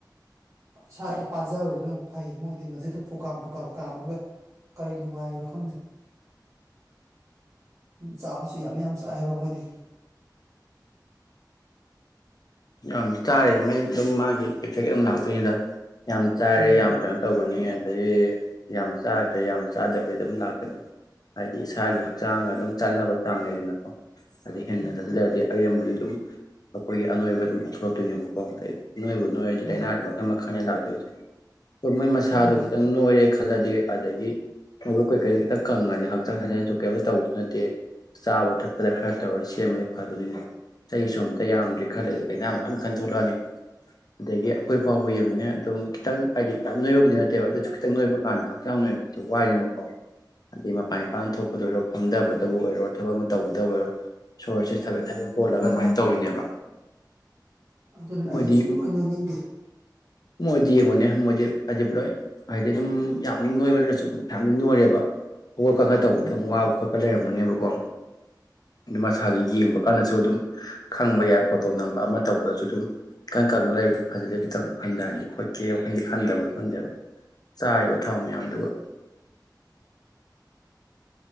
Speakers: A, on the right (about 40°); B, on the left (about 60°).
A: ꯏꯁꯥꯗ ꯄꯥꯖꯕꯅꯤꯅ ꯑꯃꯨꯛ ꯐꯩ ꯃꯣꯏꯗꯤ ꯃꯗꯨꯗ ꯐꯨꯀꯥꯝ ꯄꯨꯨꯀꯥꯝ ꯀꯥꯝꯃꯒ ꯀꯔꯤ ꯅꯨꯡꯉꯥꯏꯅꯣ ꯈꯪꯗꯦ ꯆꯥꯕꯁꯨ ꯌꯥꯝ ꯌꯥꯝ ꯆꯥꯏ ꯍꯥꯏꯕ ꯃꯣꯏꯗꯤ
B: ꯌꯥꯝ ꯆꯥꯔꯤꯝꯅꯤ ꯑꯗꯨꯝ ꯃꯥꯒꯤ ꯁꯧꯌꯥꯝꯂꯥꯡ ꯗ ꯌꯥꯝ ꯆꯥꯔꯦ
A: ꯎꯝ
B: ꯌꯥꯝ ꯀꯩꯅꯣ ꯇꯧꯒꯕꯅꯤ ꯑꯗꯒꯤ ꯌꯥꯝ ꯆꯥ ꯁꯤꯗ ꯌꯥꯝ ꯆꯥꯗꯕꯩ ꯑꯗꯨꯝ ꯂꯥꯛꯀꯅꯤ ꯍꯥꯏꯗꯤ ꯏꯁꯥꯒꯤ ꯍꯛꯆꯥꯡꯒ ꯑꯗꯨꯝ ꯆꯥꯅꯕ ꯆꯥꯡ ꯂꯩꯗꯅꯀꯣ ꯑꯗ ꯍꯦꯟꯅ
A: ꯎꯝ
B: ꯊꯛꯖꯤꯟꯂꯗꯤ ꯑꯔꯦꯝꯕ ꯑꯝ ꯑꯈꯣꯏꯒꯤ ꯑꯅꯣꯢꯕ ꯑꯗꯨꯝ ꯑꯣꯠꯊꯣꯔꯛꯇꯣꯏꯅꯦꯕꯀꯣ ꯑꯩ ꯅꯣꯏꯕꯨ ꯅꯣꯏꯔꯗꯤ
A: ꯃꯥꯅꯦ
B: ꯂꯩꯅꯗꯤ ꯃꯈꯟ ꯃꯈꯜꯅꯦ ꯂꯥꯛꯇꯣꯏꯕꯁꯦ ꯃꯣꯏ ꯃꯁꯥꯗꯣ
A: ꯃꯥꯅꯦ
B: ꯈꯤꯇꯪ ꯅꯣꯏꯔꯦ ꯈꯜꯂꯗꯤ ꯑꯗꯒꯤ ꯃꯕꯨꯛ ꯀꯩꯀꯩꯗꯣ ꯈꯤꯇꯪ ꯀꯪꯉꯗꯤ ꯍꯛꯆꯥꯡ ꯁꯥꯆꯦꯜꯁꯨ ꯀꯩꯝꯇ ꯇꯧꯕꯁꯨ ꯅꯠꯇꯦ ꯆꯥꯕ ꯊꯛꯄꯗ ꯈꯔ ꯇꯧꯔ ꯁꯦꯝꯃꯗꯤ ꯐꯗꯣꯏꯅꯤ ꯆꯍꯤ ꯁꯨꯝ ꯇ ꯌꯥꯝꯗ꯭ꯔꯦ ꯈꯜꯂꯦ ꯂꯩꯅꯥ ꯃꯈꯟ ꯝꯈꯟ ꯊꯣꯛꯂꯛꯑꯅꯤ ꯑꯗꯒꯤ ꯑꯈꯣꯏ ꯐꯥꯎꯕ ꯌꯦꯡꯉꯨꯅꯦ ꯑꯗꯨꯝ ꯈꯤꯇꯪ ꯍꯥꯏꯗꯤ ꯌꯥꯝ ꯅꯣꯏꯕꯕꯨꯗꯤ ꯅꯠꯇꯦꯕ ꯑꯗꯨꯁꯨ ꯈꯤꯇꯪ ꯅꯣꯏꯕ ꯀꯥꯟꯗ ꯍꯛꯆꯥꯡ ꯅꯣꯏꯕꯁꯦ ꯋꯥꯏꯌꯦꯅꯀꯣ ꯑꯗꯩ ꯃꯄꯥꯟ ꯏꯄꯥꯅ ꯊꯣꯛꯄꯗꯑꯣꯏꯔꯣ ꯐꯝꯗꯕꯗꯕꯨ ꯑꯣꯏꯔꯣ ꯊꯕꯛ ꯑꯃ ꯇꯧꯕꯗ ꯑꯣꯏꯔꯣ ꯁꯣꯔꯁꯦ ꯊꯕꯦꯠ ꯊꯕꯦꯠ ꯍꯣꯜꯂꯒ ꯑꯗꯨꯃꯥꯏꯅ ꯇꯧꯔꯤꯅꯦꯕ
A: ꯑꯗꯨꯅ
B: ꯃꯣꯏꯗꯤ
A: ꯑꯩꯗꯤ ꯁꯨꯡꯅꯣꯏ ꯅꯣꯏꯅꯤꯡꯗꯦ
B: ꯃꯣꯏꯗꯤ ꯌꯦꯡꯉꯣꯅꯦ ꯃꯣꯏꯗꯤ ꯍꯥꯏꯗꯤ ꯂꯣꯏ ꯍꯥꯏꯗꯤ ꯑꯗꯨꯝ ꯌꯥꯝ ꯅꯣꯏꯕ ꯅꯠꯇ꯭ꯔꯁꯨ ꯑꯗꯨꯝ ꯐꯅꯌꯥꯝꯗꯤ ꯅꯣꯏꯔꯦꯕ ꯍꯧꯒꯠ ꯀꯥꯡꯒꯠ ꯇꯧꯕꯗ
A: ꯎꯝ
B: ꯑꯗꯨꯝ ꯋꯥꯕ ꯈꯣꯠꯄ ꯂꯩꯔꯝꯒꯅꯦꯕꯀꯣ ꯑꯗꯨ ꯃꯁꯥꯗꯣ ꯌꯦꯡꯕ ꯀꯥꯟꯗꯁꯨ ꯑꯗꯨꯝ ꯈꯪꯕ ꯌꯥꯏ ꯐꯣꯇꯣ ꯅꯝꯕ ꯑꯃ ꯇꯧꯕꯗꯁꯨ ꯑꯗꯨꯝ ꯏꯀꯪ ꯀꯪꯅ ꯂꯩꯕꯗꯣ ꯐꯖꯗꯦ ꯈꯤꯇꯪ ꯍꯟꯊꯍꯟꯒꯦ ꯈꯣꯠꯀꯦ ꯋꯥꯈꯜꯟꯗꯣ ꯈꯟꯗꯕꯔꯥ ꯈꯪꯗꯦꯕ ꯆꯥꯔꯤꯕ ꯊꯥꯎ ꯃꯌꯥꯝꯗꯨꯒ